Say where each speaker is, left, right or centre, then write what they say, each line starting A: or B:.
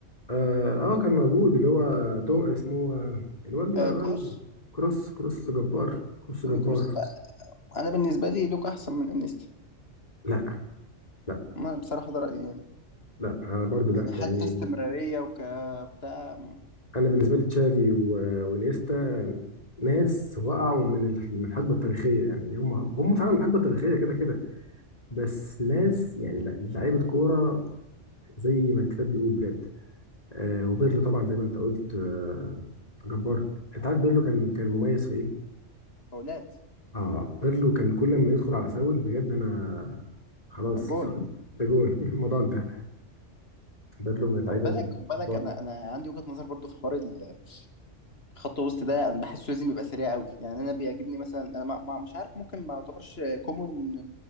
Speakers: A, on the left (about 35°); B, on the left (about 55°).
A: آه، آه، كان موجود اللي هو تو اسمه آه، اللي هو ال-
B: آه
A: اللي
B: كروس
A: هو كروس كروس جبار كروس
B: توني
A: جبار
B: كروس فانا بالنسبه لي لوكا احسن من انيستا
A: لا لا
B: انا بصراحه ده رايي يعني
A: لا انا برضو لا
B: يعني حتى
A: يعني
B: استمراريه وكبتاع
A: انا بالنسبه لي تشافي و- وانيستا ناس وقعوا من ال- من الحقبه التاريخيه يعني هم هم فعلا من الحقبه التاريخيه كده كده بس ناس يعني لا لعيبه كوره زي ما الكتاب بيقول بجد آه وبيرلو طبعا زي ما انت قلت آه جبار انت عارف بيرلو كان كان مميز في ايه؟
B: فاولات
A: اه بيرلو كان كل ما يدخل على فاول بجد انا خلاص
B: جون
A: ف- ده جون <laughs> الموضوع انتهى بيرلو من اللعيبه
B: خد بالك خد بالك
A: الكبار
B: انا انا عندي وجهة نظر برضو في حوار ال- خط وسط ده انا بحسه لازم يبقى سريع قوي يعني انا بيعجبني مثلا انا ما ما- مش عارف ممكن ما يعتبرش كومون